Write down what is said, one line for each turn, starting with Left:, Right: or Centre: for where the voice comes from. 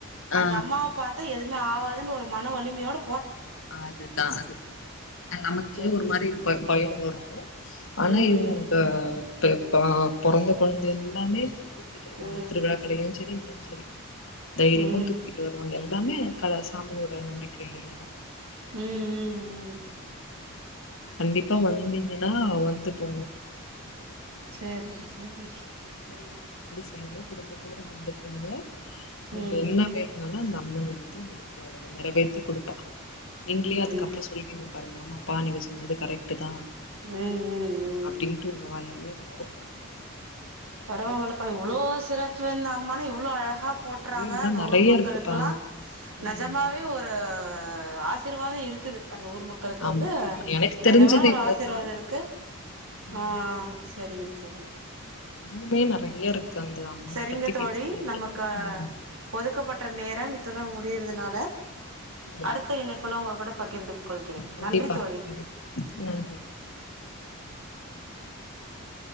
Right: அந்த
Left: ஆ
Right: அம்மாவை பாத்தா எது மே ஆவதுன்னு ஒரு மன வலிமையோடு
Left: அதுதா அது நமக்கே
Right: சரி
Left: ஒரு மாரி ப பயம் வரு ஆனா
Right: ம்
Left: இவங்க இப் ப பொறந்த கொழந்த எல்லாமே தூக்கிட்டு வருவாங்க
Right: ம் ம்
Left: திருவிழா கடைய செரிங்க செரி தைரியமும்
Right: ம்
Left: தூக்கிட்டு வருவங்க எல்லா எல்லாமே க சாமியோட நம்பிக்கையிலதா
Right: உஹம் உம் உம்
Left: கண்டிப்பா வந்தீங்கன்னா வந் வந்து போங்க
Right: செரிங்க செரிடி செரிங்க
Left: நீங்களு குடும்பத்தோட வந்துப்போங்க நீங்க
Right: ம்
Left: என்ன வேணுனாலு ந அந்த அம்மன் வந்து உங்களுக்கு நிறைவேத்தி குடுப்பா நீங்களே அதுக்கப்புற
Right: ம்
Left: சொல்லீங்க பாருங்க ஆமா பா னிக்கு சொ சொன்னது கரெக்ட் தா
Right: ம் ம்
Left: அப்டின்ட்டு
Right: ம்
Left: உங்க வாயே <unintelligible> வரும்
Right: பரவ பலப்பா இவ்வளோ சிறப்பு இருந்த அம்மா இவ்வளோ அழகா போட்டுறாங்க
Left: இன்னு
Right: அந்த
Left: நெறைய
Right: ஊர் மக்கக்கெல்லாம்
Left: இருக்குப்பா ம்
Right: நஜமாவே ஒரு ஆ ஆசிர்வாதம் இருக்குது அந்த ஊர் மக்களுக்கு
Left: ஆமா
Right: வந்து
Left: ஆமா எனக்கு தெரிஞ்சது
Right: நிஜமான ஒரு
Left: இவ்ளோதா
Right: ஆசிர்வாதம் இருக்கு
Left: ம்
Right: ஆ சரிங்க சரிங்க
Left: இன்னுமே நறைய இருக்கு அந்த அம்மன்
Right: சரிங்க
Left: பத்தி
Right: தோழி
Left: பேசிட்டே இருக்கலா
Right: நமக்கு
Left: ம்
Right: ஒதுக்கப்பட்ட நேரம் இத் இத்துடன் முடியறதுனால
Left: ம்
Right: அடுத்த இணைப்புல உங்க கூட பகிர்ந்து கொள்கிறேன்
Left: கண்டிப்பா
Right: நன்றி தோழி
Left: கண்டிப்பா நன்றிப்பா